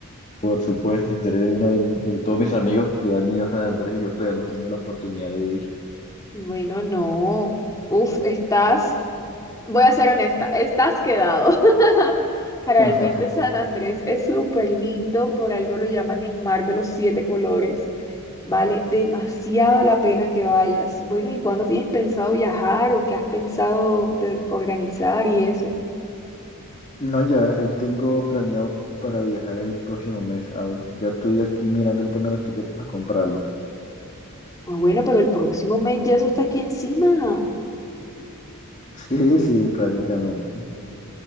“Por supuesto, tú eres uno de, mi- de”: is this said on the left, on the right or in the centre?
Left